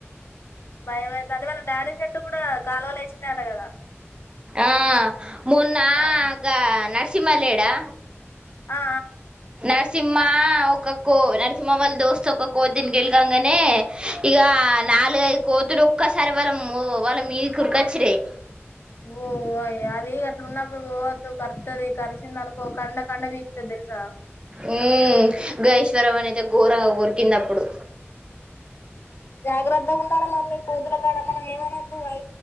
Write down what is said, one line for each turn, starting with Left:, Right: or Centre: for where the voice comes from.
Left: భయ్యమై <unintelligible> వాళ్ళ డాడీ షర్ట్ కూడా కాలువల ఏశింది అట కదా.
Right: ఆ మొన్నా
Left: ఆ
Right: ఆగా నర్సింహ లేడా
Left: ఆ
Right: నరసింహ ఒక్కక్క నరసింహ వాళ్ళ దోస్తు ఒక్క కోతిని గెలకంగానే ఇక నాలుగైదు కోతులు ఒక్కసారి వాళ్ళ వాళ్ళ మీది కురికొచ్చినయి
Left: ఓ అయ్య అది ఇ ఉన్నప్పుడు పోవద్దు కరుత్తది కరిసింది అనుకో కండ కండ పీకుతది తెలుసా
Right: మ్మ్. గా ఈశ్వరమని అయితే ఘోరంగా కొరికింది అప్పుడు
Left: జాగ్రత్త ాల మమ్ీ కోతులు కాడ మనం ఏమనద్దు వై